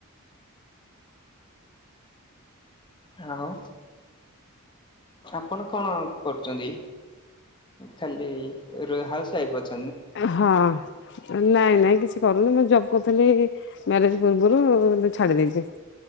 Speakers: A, on the left; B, on the left.
A: ଆଉ ଆପଣ କଣ କରୁଚନ୍ତି? ଖାଲି ର ହାଉସ୍ ୱାଇଫ ଅଛ
B: ହଁ ନାଇଁ ନାଇଁ କିଛି କରୁନି ମୁଁ ଜବ୍ କରୁଥୁଲି। ମ୍ୟାରେଜ ପୂର୍ବରୁ ଏବେ ଛାଡି ଦେଇଚି।